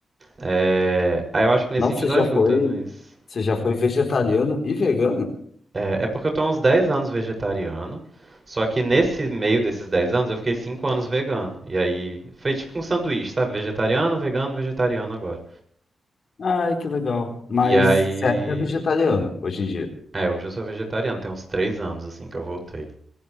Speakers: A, on the right (about 35°); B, on the left (about 60°).
A: É, aí eu acho que nesse
B: Nossa,
A: sentido
B: você já
A: ajuda,
B: foi,
A: mas.
B: você já foi vegetariano e vegano?
A: É, é porque eu tô há uns 10 anos vegetariano. Só que nesse meio desses 10 anos eu fiquei 5 anos vegano. E aí. Foi tipo um sanduíche, sabe? Vegetariano, vegano, vegetariano agora.
B: Ai, que legal. Mas
A: E aí.
B: você é vegetariano hoje em dia.
A: É, hoje eu sou vegetariano, tem uns 3 anos assim que eu voltei.